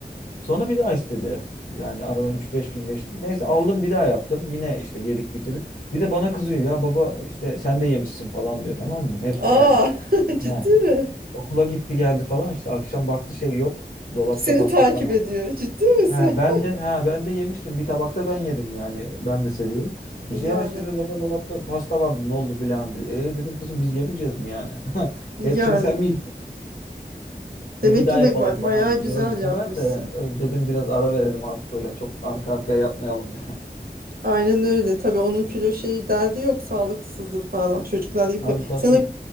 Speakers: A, on the left (about 60°); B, on the right (about 65°).
A: Sonra bir daha istedi. Yani aradan üç beş gün geçti. Neyse aldım bir daha yaptım. Yine işte yedik bitirdik. Bir de bana kızıyor. Ya baba işte sen de yemişsin falan diyor tamam mı? Hepsi yani
B: Aa, <laughs> ciddi
A: he,
B: mi?
A: okula gitti geldi falan işte akşam baktı şey yok. Dolapta
B: Seni
A: pasta
B: takip
A: kalmamış.
B: ediyor. Ciddi misin?
A: Ha, ben
B: <laughs>
A: de ha ben de yemiştim. Bir tabakta ben yedim yani. Ben de seviyorum. İşte
B: Yani,
A: ya işte dedi baba dolapta pasta vardı ne oldu filan diyor. E dedim kızım biz yemeyeceğiz mi yani? <laughs>
B: yani.
A: Hepsini sen mi
B: Demek
A: e bir daha
B: ki
A: yapalım
B: ne ba-
A: falan
B: bayağı güzel
A: diyor bu sefer
B: yapmışsın.
A: de e, dedim biraz ara verelim artık öyle çok arka arkaya yapmayalım ya. <laughs>
B: Aynen öyle. Tabii onun kilo şeyi derdi yok. Sağlıksızdır falan. Çocuklar yapıyor.
A: Tabii tabii.
B: Sen o